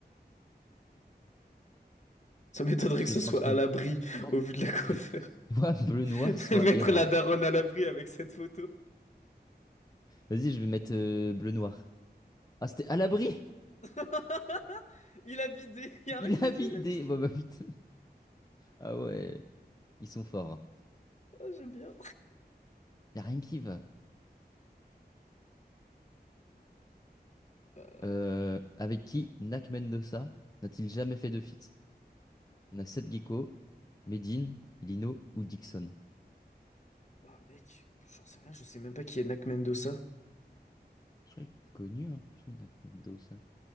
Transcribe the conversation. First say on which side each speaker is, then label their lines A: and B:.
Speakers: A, on the left; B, on the left.
A: Ça m'étonnerait
B: c'est
A: que ce soit
B: entre...
A: à l'abri
B: bon,
A: au vu de la
B: c'est
A: cover.
B: soit <laughs> Bleu Noir,
A: <laughs>
B: soit
A: Mettre
B: Era.
A: la daronne à l'abri avec cette photo.
B: Vas-y, je vais mettre euh, Bleu Noir. Ah, c'était à l'abri!
A: <laughs> Il a bidé. Il y
B: <laughs>
A: a
B: Il
A: un mec qui l'a
B: habite
A: dit, il a
B: des...
A: bidé.
B: Bon, bah, putain. Ah ouais, ils sont forts. hein.
A: Ah, j'aime bien.
B: Y a rien qui va.
A: Euh,
B: Euh, avec qui Nak Mendoza n'a-t-il jamais fait de feat? On a Seth Gecko, Medine, Lino ou Dixon.
A: Oh, mec, j'en sais rien, je sais même pas qui est Nak Mendoza.
B: Je crois qu'il est connu un peu, Nak Mendoza.